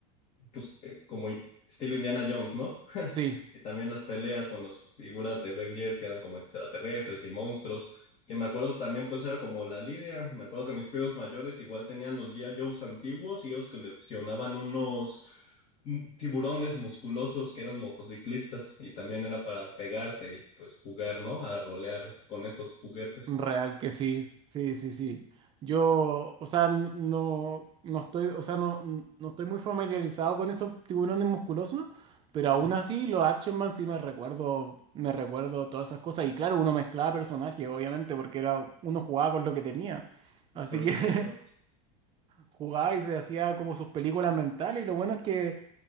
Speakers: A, on the left; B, on the right.
A: pues, eh, como in- estilo Indiana Jones, ¿no?
B: Sí,
A: Y también las peleas con las figuras de Ben 10 que eran como extraterrestres y monstruos, que me acuerdo también pues era como la lidia, me acuerdo que mis primos mayores igual tenían los G.I. Joes antiguos y ellos coleccionaban unos mm, tiburones musculosos que eran motociclistas y también era para pegarse y pues jugar, ¿no? A rolear con esos juguetes,
B: Real que sí, sí, sí, sí. Yo, o sea, n- no, no estoy, o sea, no, n- no estoy muy familiarizado con esos tiburones musculosos, pero
A: <laughs>
B: aún así los Action Man sí me recuerdo, me recuerdo todas esas cosas. Y claro, uno mezclaba personajes, obviamente, porque era, uno jugaba con lo que tenía. Así
A: por
B: que
A: supuesto,
B: <laughs> jugaba y se hacía como sus películas mentales. Y lo bueno es que,